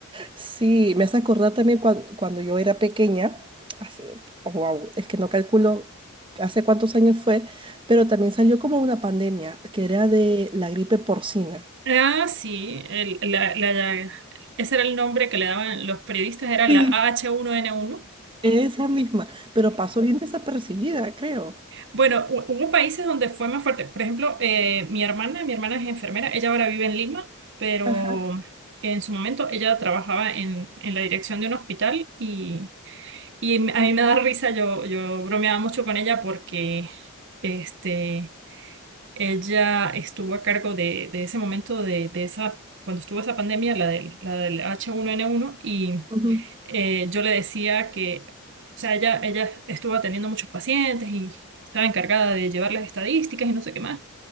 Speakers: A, on the right; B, on the right.
A: Sí, me hace acordar también cuan- cuando, yo era pequeña, hace, wow, es que no calculo hace cuántos años fue, pero también salió como una pandemia, que era de la gripe porcina.
B: Ah, sí, el- la- la- ese era el nombre que le daban los periodistas, era la
A: Sí.
B: h uno n uno
A: Esa misma, pero pasó bien desapercibida, creo.
B: Bueno, hu- hubo países donde fue más fuerte. Por ejemplo, eh, mi hermana, mi hermana es enfermera, ella ahora vive en Lima, pero
A: Ajá.
B: en su momento ella trabajaba en, en la dirección de un hospital y, y a mí me da risa, yo, yo bromeaba mucho con ella porque este, ella estuvo a cargo de, de ese momento, de, de esa, cuando estuvo esa pandemia, la del, la del H1N1, y
A: ujú,
B: eh, yo le decía que, o sea, ella, ella estuvo atendiendo muchos pacientes y estaba encargada de llevar las estadísticas y no sé qué más.